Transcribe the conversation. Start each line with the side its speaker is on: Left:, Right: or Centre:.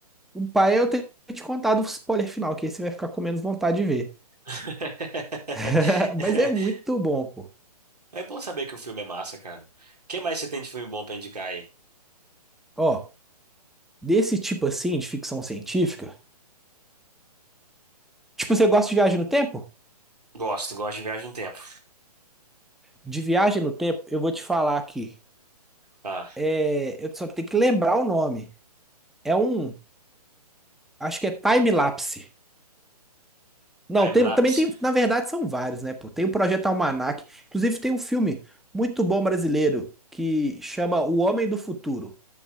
Centre: O pai eu tenho que te contado o spoiler final, que aí você vai ficar com menos vontade de ver.
Right: <laughs>
Centre: <laughs> Mas é muito bom, pô.
Right: É bom saber que o filme é massa, cara. O que mais você tem de filme bom pra indicar aí?
Centre: Ó, desse tipo assim de ficção científica. Tipo, você gosta de viagem no tempo?
Right: Gosto, gosto de viagem no tempo.
Centre: De viagem no tempo, eu vou te falar aqui.
Right: Ah,
Centre: É, eu só tenho que lembrar o nome. É um, acho que é Time Lapse. Não,
Right: time-lapse.
Centre: tem- também tem, na verdade são vários, né, pô? Tem o Projeto Almanac, inclusive tem um filme muito bom brasileiro que chama O Homem do Futuro,